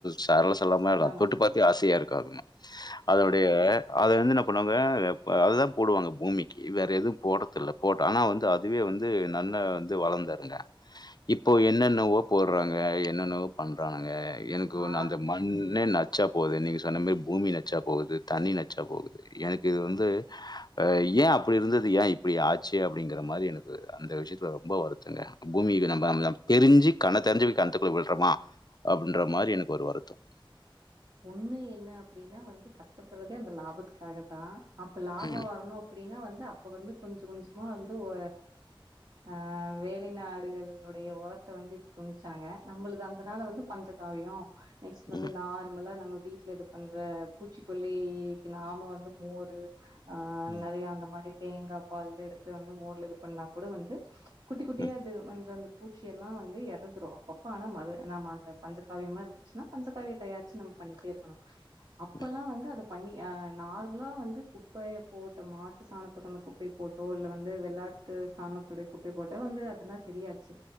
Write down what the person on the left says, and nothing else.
சேல செல்லாம இருக்கும்
தொட்டு பாத்தே ஆசையா இருக் க்கதுமா அதனுடைய அத வந்து என்ன பண்ணுவாங்க இப்ப அதுதான் போடுவாங்க பூமிக்கு வேற எதுவும் போடறது இல்ல போட்ட ஆனா வந்து அதுவே வந்து நல்லா வந்து வளந்துருங்க இப்போ என்னென்னவோ போடறாங்க என்னென்னவோ பண்றானுங்க எனக்கு ஒன்னு
அந்த மண்ணே நச் சா போவுது நீங்க சொன்ன மாரி பூமி நச்சா போகுது தண்ணி நச்சா போகுது எனக்கு இது வந்து ஆ ஏன் அப்டி இருந்தது ஏன் இப்டி ஆச்சு அப்படிங்கற மாரி எனக்கு அந்த விஷியத்துல ரொம்ப வருத்தங்க பூமிக்கு நம்ப அம் தெரிஞ்சி கண்ண தெரஞ்சி போயி கெணத்துக்குள்ள விழறமா அப் டின்ற மாரி எனக்கு ஒரு வருத்தம்
ம்,
ம்,
ம்,
ம்,
ம்,